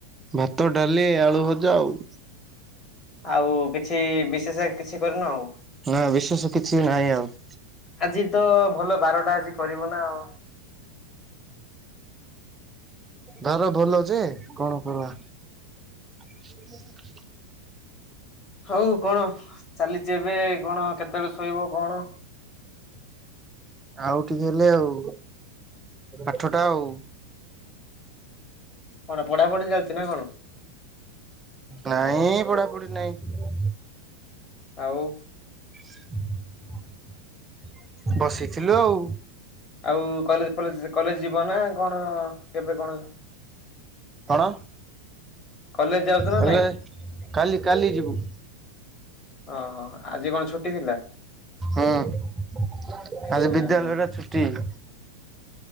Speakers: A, on the right; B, on the left.
A: ଭାତ ଡାଲି ଆଳୁ ଭଜା ଆଉ।
B: ଆଉ କିଛି ବିଶେଷ କିଛି କରିନ ଆଉ।
A: ନା ବିଶେଷ କିଛି ନାହିଁ ଆଉ।
B: ଆଜି ତ ଭଲ ବାରଟା ଅଛି କରିବ ନା ଆଉ।
A: ଧର ଭଲ ଯେ କଣ କରବା। <inaudible>
B: ହଉ କଣ ଚାଲିଚି ଏବେ କଣ କେତେବେଳେ ଶୋଇବ କଣ।
A: ଆଉ ଟିକେ ହେଲେ ଆଉ। ଆଠଟା ଆଉ
B: କଣ ପଢାପଢି ଚାଲିଚି ନା କଣ?
A: ନାଇଁ ପଢାପଢି ନାଇଁ <inaudible>
B: ଆଉ
A: <inaudible> ବସିଥିଲୁ ଆଉ
B: ଆଉ କଲେଜ ଫଲେଜ କଲେଜ ଯିବ ନା କଣ କେବେ କଣ
A: କଣ
B: କଲେଜ ଯାଉଛ ନା
A: କଲେ
B: ନାଇଁ?
A: କାଲି କାଲି ଯିବୁ।
B: ଅହ ଆଜି କଣ ଛୁଟି ଥିଲା?
A: ହୁଁ ଆଜି
B: ହୁଁ
A: ବିଦ୍ୟାଳୟରା
B: ହୁଁ
A: ଛୁଟି। <inaudible>